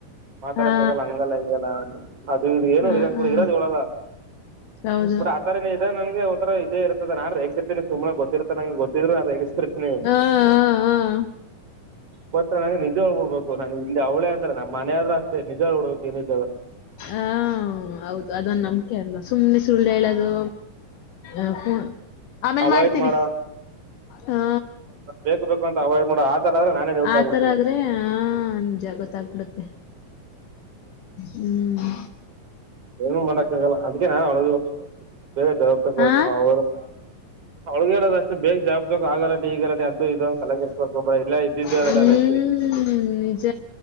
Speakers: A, on the right; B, on the left.
A: ಮಾತಾಡಕ್ಕ
B: ಹಾ
A: ಆಗಲ್ಲ ಹಂಗಲ್ಲ ಹಿಗಲ್ಲ ಅಂತ ಅದು ಇದು ಏನು
B: ಹಾ
A: ರೀಸನ್ ಕೊಟ್ಟಿಲ್ಲ
B: ಹಾ
A: ಇರೋದಿಲ್ಲ ಹೇಳೋದ
B: ಹೌದು
A: ಬಟ್ ಆತರನ ಇದೆ ನನ್ಗೆ ಒಂಥರ ಇದ್ದೆ ಇರ್ತದ ರೇಗಸ ಇರ್ತೀನಿ ಸುಮಗೆ ಗೊತ್ತಿರ್ತ ನಂಗೆ ಗೊತ್ತಿದ್ರು ನಾನ್ ರೇಗಿಸ್ತೀರ್ತೀನಿ
B: ಹಾ ಹಾ ಹಾ
A: ಗೊತ್ತಾ ನಿಜ ಹೇಳಿಬಿಡಬೇಕು ನನಗೆ ಇಲ್ಲಿ ಅವಳೇ ಅಂತಾರೆ ನಮ್ಮ ಮನೆ ಆದ್ರರು ಅಷ್ಟೇ ನಿಜ ಹೇಳಿಬಿಡ್ಬೇಕು ಏನಿದ್ದು ಆದ
B: ಹ ಹೌದು ಅದೊಂದ ನಂಬಿಕೆ ಅಲ್ಲ ಸುಮ್ನೆ ಸುಳ್ಳು ಹೇಳದು ಆಹಾ ಆಮೇಲ್
A: ಅವಾಯ್ಡ್
B: ಮಾಡ್ತೀನಿ
A: ಮಾಡ <inaudible>
B: ಹಾ
A: ಬೇಕು ಬೇಕು ಅಂತ ಅವಾಯ್ಡ್ ಮಾಡೋ ಆತರ ಆದ್ರೆ ನಾನೇ ನ್ಯೂಟ್ಲ್
B: ಆತರ
A: ಆಗ್ಬಿಡ್ತೀನಿ
B: ಆದ್ರೆ ಆ ನಿಜಾ ಗೊತ್ತಾಗಬಿಡತ್ತೆ ಹ್ಮ್
A: ಏನು ಮಾಡೋಕೆ ಆಗಲ್ಲ ಅದಿಕ್ಕೆ ನಾನು ಬೇಗ
B: ಆ?
A: ಅವ್ರನ್ನ ಅವಲಳಿಗೆಲೊದು ಅಷ್ಟ ಬೇಗ್ ಜಾಬ್ದತಕೊ ಆ ಗಲಾಟಿ ಏ ಗಲಾಟಿ ಅದುಇದು ಅಂತ ತಲೆ ಕೆಡಿಸ್ಕೊಳೋಕ್ಕೆ ಹೋಗಬೇಡ ಇಲ್ಲ ಇದ್ದಿದ್ದೆ ಅದೆಲ್ಲ
B: ಹ್ಮ್
A: ಲೈಫ್
B: ನಿಜ